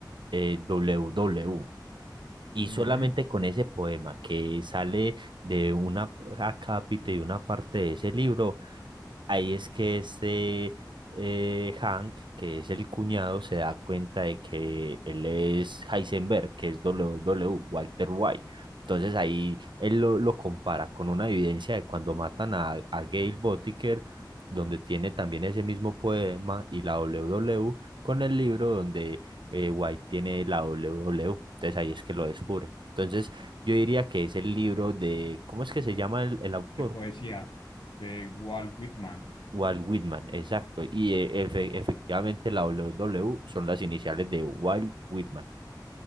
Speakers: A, on the right (about 85°); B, on the left (about 85°).
A: eh, w W. Y
B: ujú.
A: solamente con ese poema que sale de una acápite y una parte de ese libro, ahí es que este eh, Hank, que es el cuñado, se da cuenta de que él es Heisenberg, que es WW, Walter White. Entonces ahí él lo, lo compara con una evidencia de cuando matan a, a Gail Botiker, donde tiene también ese mismo poema, y la W WW con el libro donde eh, White tiene la W WW. Entonces ahí es que lo descubre. Entonces yo diría que es el libro de, ¿cómo es que se llama el, el autor?
B: De poesía, de Walt Whitman.
A: Walt Whitman, exacto. Y eh, efe- efectivamente la W W son las iniciales de Walt Whitman.